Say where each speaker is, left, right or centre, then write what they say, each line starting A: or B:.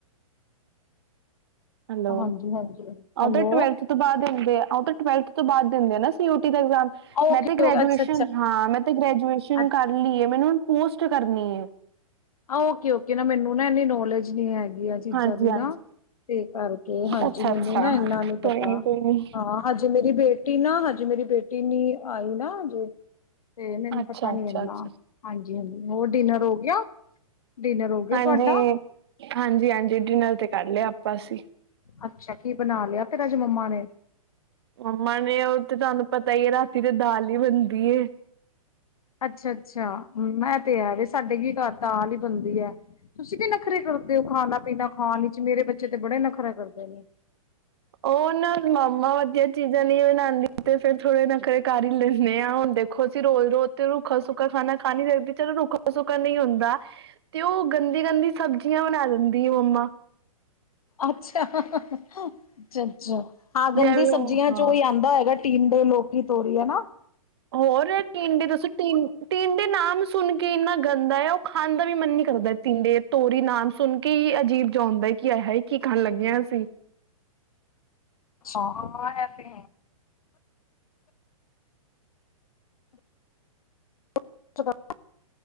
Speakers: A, on the right (about 45°); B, on the left (about 80°).
A: ਹੈਲੋ,
B: ਹਾਂਜੀ ਹਾਂਜੀ ਹੈਲੋ
A: ਉਹ ਤਾਂ ਟਵੈਲਥ ਤੋਂ ਬਾਅਦ ਹੁਦੇ ਆ। ਉਹ ਤਾਂ ਟਵੈਲਥ ਤੋਂ ਬਾਅਦ ਦਿੰਦੇ ਨਾ ਸੀ। ਐਗਜਾਮ
B: ਓਕੇ
A: ਮੈਂ ਤੇ ਗ੍ਰੈਜੂਏਸ਼ਨ
B: ਓਕੇ ਅੱਛਾ
A: ਹਾਂ ਮੈਂ ਤੇ ਗ੍ਰੈਜੂਏਸ਼ਨ
B: ਅੱਛਾ
A: ਕਰ ਲਈਏ ਮੈਨੂੰ ਪੋਸਟ ਕਰਨੀ ਹੈ।
B: ਓਕੇ ਓਕੇ, ਨਾ ਮੈਨੂੰ ਨਾ ਇੰਨੀ ਨੌਲੇਜ ਨੀ ਹੈਗੀ। ਚੀਜ਼ਾਂ
A: ਹਾਂਜੀ
B: ਵੀ
A: ਹਾਂਜੀ
B: ਨਾ ਤੇ ਕਰਕੇ ਹਾਂਜੀ
A: ਅੱਛਾ
B: ਮੈਨੂੰ
A: ਅੱਛਾ
B: ਨਾ ਇਨਾ ਨੀ ਪਤਾ
A: ਕੋਈ ਕੋਈ ਨੀ
B: ਹਾਂ ਹਜੇ ਮੇਰੀ ਬੇਟੀ ਨਾ ਹਜੇ ਮੇਰੀ ਬੇਟੀ ਨ ਆਈ ਨਾਜੇ, ਤੇ ਮੈਨੂੰ
A: ਅੱਛਾ
B: ਪਤਾ ਨੀ
A: ਅੱਛਾ
B: ਇਨਾ
A: ਅੱਛਾ
B: ਹਾਂਜੀ-ਹਾਂਜੀ, ਹੋਰ ਡਿਨਰ ਹੋ ਗਿਆ? ਡਿਨਰ ਹੋ ਗਿਆ
A: ਹਾਂਜੀ-ਹਾਂਜੀ,
B: ਤੁਹਾਡਾ
A: ਜੇ ਨਾਲ ਤੇ ਕਰ ਲਿਆ ਆਪਾਂ ਅਸੀਂ
B: ਅੱਛਾ ਕੀ ਬਣਾ ਲਿਆ ਫੇਰ ਅੱਜ ਮੰਮਾ ਨੇ,
A: ਮੰਮਾ ਨੇ ਉਹ ਤੇ ਤੁਹਾਨੂੰ ਪਤਾ ਹੈ ਰਾਤੀ ਦੇ ਦਾਲ ਹੀ ਬਣਦੀ ਐ।
B: ਅੱਛਾ-ਅੱਛਾ, ਮੈਂ ਤੇ ਹੈ ਵੀ ਸਾਡੇ ਕੀ ਇੱਕਤਾ ਹੀ ਬੰਦੀ ਹੈ। ਤੁਸੀਂ ਵੀ ਨਖਰੇ ਕਰਦੇ ਹੋ ਖਾਣਾ ਪੀਣਾ ਖਾਣ ਹੀ ਚ ਮੇਰੇ ਬੱਚੇ ਬੜੇ ਹੀ ਨਖਰਾ ਕਰਦੇ ਨੇ, ਹੂੰ,
A: ਉਹ ਨਾ ਮੰਮਾ ਵਧੀਆ ਚੀਜ਼ਾਂ ਨਹੀਂ ਬਣਾਦੀ ਤੇ ਫੇਰ ਥੋੜ੍ਹੇ ਨਖਰੇ ਕਰ ਹੀ ਲੈਂਨੇ ਆ ਹੁਣ ਦੇਖੋ ਅਸੀਂ ਰੋਜ਼ ਰੋਜ਼ ਤੇ ਰੁੱਖਾ ਸੁੱਕਾ ਖਾਣਾ ਖਾ ਨੀ ਸਕਦੇ ਚਲੋ ਰੁੱਖਾ ਸੁੱਕਾ ਨਹੀਂ ਹੁੰਦਾ ਤੇ ਉਹ ਗੰਦੀ-ਗੰਦੀ ਸਬਜ਼ੀਆਂ ਬਣਾ ਦਿੰਦੀ ਆ ਮੰਮਾ
B: ਅੱਛਾ-ਅੱਛਾ, ਹਾਂ
A: ਜਿਵੇਂ
B: ਗੰਦੀ ਸਬਜ਼ੀਆਂ
A: ਉਹ
B: ਚੋਂ ਹੀ ਆਦਾ ਹੈਗਾ ਟੀਡੇ ਦੇ ਲੋਕੀ ਤੋਰੀ ਹਨਾ,
A: ਹੋਰ ਟੀਡੇ ਦੱਸੋ ਟੀਡੇ ਨਾਮ ਸੁਣ ਕੇ ਇੰਨਾ ਗੰਦਾ ਹੈ ਉਹ ਖਾਣ ਦਾ ਵੀ ਮਨ ਨੀ ਕਰਦਾ ਟੀਡੇ ਤੋਰੀ ਨਾਮ ਸੁਣ ਕੇ ਹੀ ਅਜੀਬ ਜਾ ਆਉਦਾ ਕਿ ਹਾਏ ਹੀ ਕੀ ਖਾਣ ਲੱਗੇ ਹਾਂ ਅਸੀਂ,
B: ਹਾਂ ਤੇ, <unintelligible>